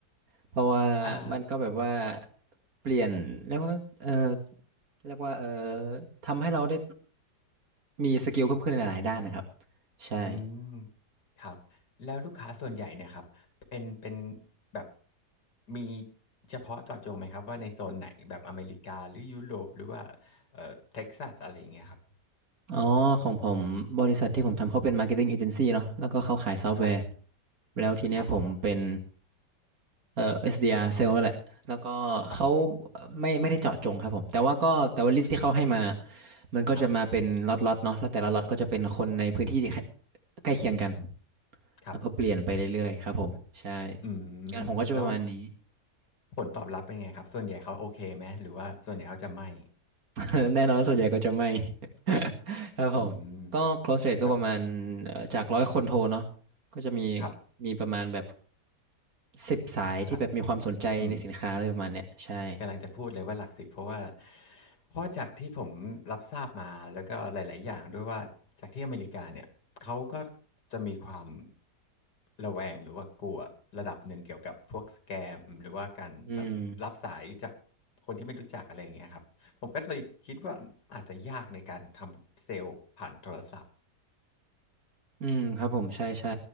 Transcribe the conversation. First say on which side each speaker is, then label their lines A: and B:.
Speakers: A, on the right; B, on the left.
A: เพราะว่า
B: อ่า
A: มันก็แบบว่าเปลี่ยนเรียกว่าเออเรียกว่าเออทำให้เราได้มีสกิลเพิ่มขึ้นในหลายๆด้านนะครับใช่
B: อืมครับแล้วลูกค้าส่วนใหญ่เนี่ยครับเป็นเป็นแบบมีเฉพาะเจาะจงไหมครับว่าในโซนไหนแบบอเมริกาหรือยุโรปหรือว่าเอ่อเท็กซัสอะไรอย่างเงี้ยครับ
A: อ๋อของผมบริษัทที่ผมทำเขาเป็น marketing agency เนาะแล้วก็เขาขายซอฟต์แวร์
B: ครับ
A: แล้วทีเนี้ยผมเป็น
B: ครับผม
A: เอ่อ SDR เซลล์นั่นแหละแล้วก็เขา
B: ครับ
A: ไม่ไม่ได้เจาะจงครับผมแต่ว่าก็แต่ว่าลิสต์ที่เขาให้มามันก็จะมาเป็นล็อตๆเนาะแล้วแต่ละล็อตก็จะเป็นคนในพื้นที่ที่
B: ครับ
A: ใกล้เคียงกัน
B: ครับ
A: แล้วก็เปลี่ยนไปเรื่อยๆครับผมใช่
B: อืม
A: งานผมก็จะประมาณนี้
B: แล้วผลตอบรับเป็นไงครับส่วนใหญ่เขาโอเคไหมหรือว่าส่วนใหญ่เขาจะไม่
A: <laughs> แน่นอนส่วนใหญ่ก็จะไม่ <laughs> ครับผมก็
B: อืม
A: close rate
B: เพราะ
A: ก็ประมาณเอ่อจากร้อยคนโทรเนาะก็จะมี
B: ครับ
A: มีประมาณแบบสิบสายที่แบบมีความสนใจในสินค้าอะไรประมาณเนี้ยใช่
B: หลักอืม กำลังจะพูดเลยว่าหลักสิบเพราะว่าเพราะว่าจากที่ผมรับทราบมาแล้วก็หลายๆอย่างด้วยว่าจากที่อเมริกาเนี่ยเขาก็จะมีความระแวงหรือว่ากลัวระดับหนึ่งเกี่ยวกับพวกสแกมหรือว่าการแบบรับสายจาก
A: อืม
B: คนที่ไม่รู้จักอะไรอย่างเงี้ยครับผมก็เลยคิดว่าอาจจะยากในการทำเซลล์ผ่านโทรศัพท์
A: อืมครับผมใช่ใช่